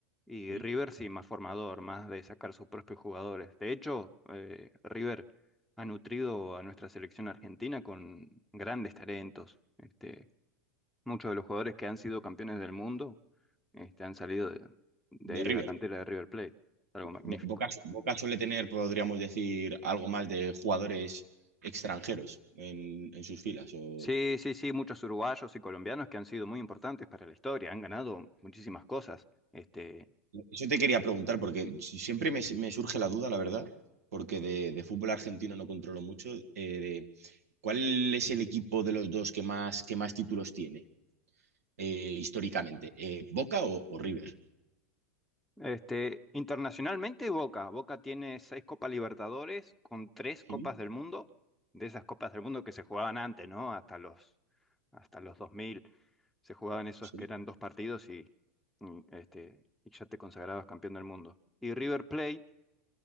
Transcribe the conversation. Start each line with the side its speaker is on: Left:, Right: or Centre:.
Centre: y
Right: ¿Mm?
Centre: River sí, más formador, más de sacar sus propios jugadores. De hecho, eh, River ha nutrido a nuestra selección argentina con grandes talentos. Este, Muchos de los jugadores que han sido campeones del mundo, este, han salido de, de
Right: De
Centre: ahí de
Right: River.
Centre: la cantera de River Plate. Algo magnífico.
Right: Bo- Boca, su- Boca suele tener, podríamos decir, algo más de jugadores extranjeros en, en sus filas. o-
Centre: Sí, sí, sí, muchos uruguayos y colombianos que han sido muy importantes para la historia, han ganado muchísimas cosas. Este,
Right: Eso te quería preguntar, porque si- siempre me, me surge la duda, la verdad, porque de, de fútbol argentino no controlo mucho, eh, de cuál es el equipo de los dos que más, que más títulos tiene. eh, históricamente, eh, Boca o, o River.
Centre: Este, internacionalmente, Boca. Boca tiene seis Copas Libertadores con tres Copas
Right: Sí,
Centre: del Mundo, de esas Copas del Mundo que se jugaban antes, ¿no? Hasta los, hasta los 2000 se jugaban esos
Right: sí.
Centre: que eran dos partidos y, y, este, y ya te consagrabas campeón del mundo. Y River Plate